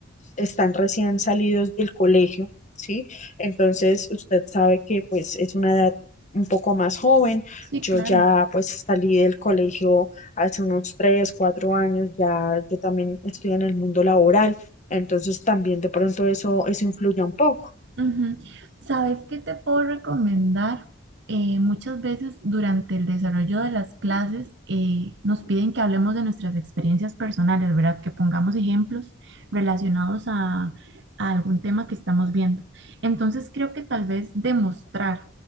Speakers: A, on the left; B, on the right.
A: están recién salidos del colegio, ¿sí? Entonces usted sabe que pues es una edad un poco más joven.
B: Sí,
A: Yo
B: claro.
A: ya pues salí del colegio hace unos tres, cuatro años, ya yo también estoy en el mundo laboral. Entonces también de pronto eso, eso influye un poco.
B: Ujú. ¿Sabes qué te puedo recomendar? Eh, muchas veces durante el desarrollo de las clases eh, nos piden que hablemos de nuestras experiencias personales, ¿verdad? Que pongamos ejemplos relacionados a, a algún tema que estamos viendo. Entonces creo que tal vez demostrar